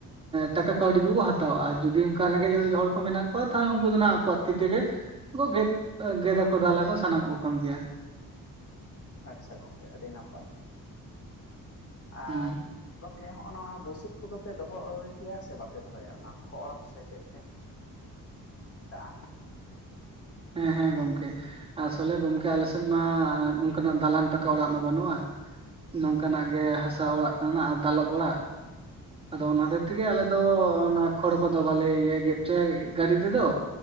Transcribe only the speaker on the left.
ᱟᱪᱪᱷᱟ ᱜᱚᱝᱠᱮ ᱟᱹᱰᱤ ᱱᱟᱯᱟᱭ ᱾ ᱟᱨ
ᱜᱚᱢᱠᱮ ᱦᱚᱜ-ᱚ ᱱᱚᱣᱟ ᱵᱩᱥᱩᱵ ᱠᱚᱫᱚ ᱯᱮ ᱫᱚᱦᱚᱭ ᱜᱮᱭᱟ ᱥᱮ ᱵᱟᱯᱮ ᱫᱚᱦᱚᱭᱟ ᱚᱱᱟ ᱠᱷᱚᱲ ᱥᱮ ᱪᱮᱫ?
ᱢᱮᱛᱟᱜᱼᱟ ᱱᱟᱦ